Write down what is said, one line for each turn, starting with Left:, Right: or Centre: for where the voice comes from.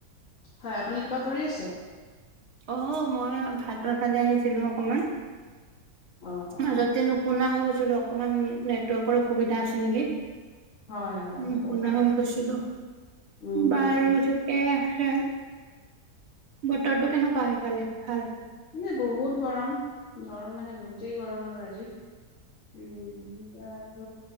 Left: হয় আপুনি কিবা কৰি আছে
Right: অ মই ভাতৰ ফালে আহিছিলো অকমান
Left: অ অ
Right: মাজতে নুশুনা হৈ গৈছিলৌ অ অকমান নেটৱৰ্কৰ অসুবিধা আছে নেকি
Left: হয় হয়
Right: উ
Left: হ'বও
Right: শুনা
Left: পাৰে।
Right: হৈ গৈছিলো
Left: উম
Right: বাৰু
Left: উম
Right: ঠিক আছে বতৰটো কেনেকুৱা সেইফালে ভাল
Left: উ এ বহুত গৰম গৰম মানে বহুতেই গৰম আৰু আজি উম ত